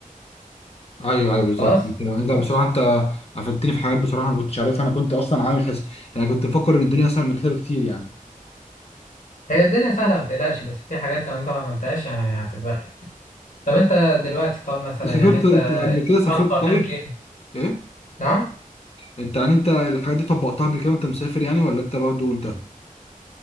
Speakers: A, on the left; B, on the left.
A: ايوه ايوه بالظبط
B: خلاص
A: انت انت بصراحه انت افدتني في حاجات بصراحه انا ما كنتش عارفها انا كنت اصلا عامل حس يعني كنت مفكر ان الدنيا اسهل من كده بكتير يعني
B: هي الدنيا سهله ما تقلقش بس في حاجات لو انت ما عملتهاش يعني هتتبهدل طب انت دلوقتي طب مثلا
A: سافرت
B: يعني انت
A: انت قبل
B: الشنطه
A: كده سافرت
B: كام
A: طيب
B: كيلو
A: ايه
B: نعم
A: انت يعني انت الحاجات دي طبقتها قبل كده وانت مسافر يعني ولا انت برضه انت اه